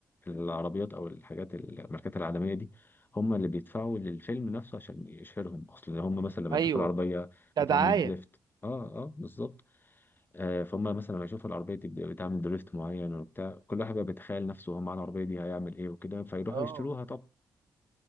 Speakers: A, on the left (about 25°); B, on the right (about 60°).
A: العربيات أو الحاجات الماركات العالمية دي هم اللي بيدفعوا للفيلم نفسه عشان يشهرهم أصل هم مثلا لما
B: ايوه
A: يشوفوا العربية
B: كدعايه
A: بتعمل دريفت اه اه بالظبط آه فهم مثلا لما يشوفوا العربية دي بتعمل دريفت معين وبتاع كل واحد بقى بيتخيل نفسه هو معاه العربية دي هيعمل ايه وكده فيروحوا
B: اه
A: يشتروها طب